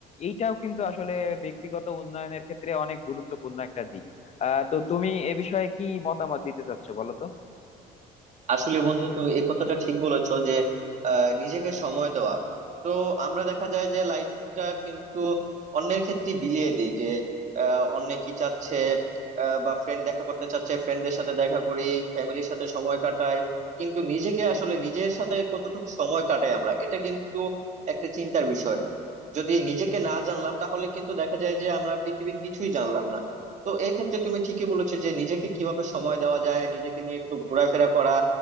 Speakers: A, on the left (about 40°); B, on the right (about 45°).
A: এইটাও কিন্তু আসলে ব্যক্তিগত উন্নয়নের ক্ষেত্রে অনেক গুরুত্বপূর্ণ একটা দিক আহ তো তুমি এ বিষয়ে কি মতামত দিতে চাচ্ছো বলো তো
B: আসলে বন্ধু তুমি এই কথাটা ঠিক বলেছো যে আহ, নিজেকে সময় দেওয়া তো আমরা দেখা যায় যে লাইফটা কিন্তু অন্যের ক্ষেত্রে বিলিয়ে দিই যে আহ, অন্যে কি চাচ্ছে আহ, বা ফ্রেন্ড দেখা করতে চাচ্ছে ফ্রেন্ডদের সাথে দেখা করি ফ্যামিলির সাথে সময় কাটাই কিন্তু নিজেকে আসলে নিজের সাথে কতটুকু সময় কাটাই আমরা এটা কিন্তু একটা চিন্তার বিষয় যদি নিজেকে না জানলাম তাহলে কিন্তু দেখা যায় যে আমরা পৃথিবীর কিছুই জানলাম না তো এই ক্ষেত্রে তুমি ঠিকই বলেছো যে নিজেকে কিভাবে সময় দেওয়া যায় নিজেকে নিয়ে একটু ঘোরাফেরা করা